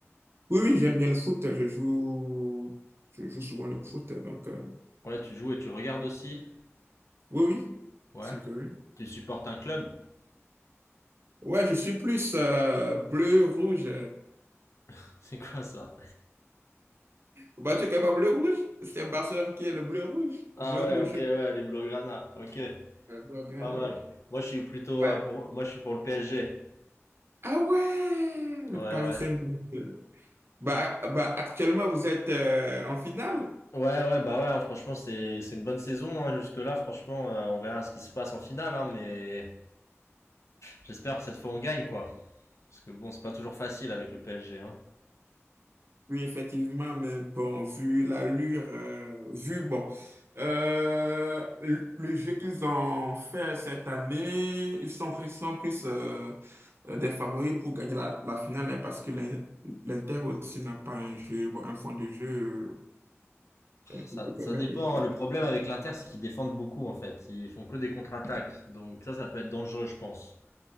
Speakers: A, on the right; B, on the left.
A: Oui, oui, j'aime bien le foot. Je joue, je joue souvent le foot. Donc, euh,
B: Ouais, tu joues et tu regardes aussi?
A: oui, oui,
B: Ouais.
A: c'est que oui.
B: Tu supportes un club?
A: Ouais, je suis plus euh, bleu, rouge.
B: <laughs> C'est quoi ça?
A: Bah, tu es quand même bleu-rouge. C'est Barcelone qui est le bleu-rouge.
B: Ah
A: Bleu-rouge.
B: ouais, ok, ouais, les Blaugrana. Ok,
A: Euh, bleu-grenat,
B: pas mal.
A: ouais.
B: Moi, je suis plutôt
A: Ouais.
B: euh, pour, moi, je suis pour le PSG.
A: Ah ouais, le
B: Ouais,
A: Paris
B: ouais.
A: Saint-Germain. Bah, bah, actuellement, vous êtes euh, en finale.
B: Ouais, ouais, bah ouais, hein, franchement, c'est, c'est une bonne saison, hein, jusque-là, franchement, euh, on verra ce qui se passe en finale, hein, mais j'espère que cette fois on gagne, quoi. Parce que bon, c'est pas toujours facile avec le PSG, hein.
A: Oui, effectivement, mais bon, vu l'allure, euh, vu, bon, euh, le le jeu qu'ils ont fait cette année, ils sont, ils sont plus euh, euh, des favoris pour gagner la, la finale hein, parce que l'In- l'Inter aussi n'a pas un jeu, bon, un fond de jeu euh, euh,
B: Ça,
A: qui te permettent
B: ça dépend.
A: de
B: hein. Le problème avec l'Inter, c'est qu'ils défendent beaucoup en fait. Ils font que des contre-attaques. Donc ça, ça peut être dangereux, je pense.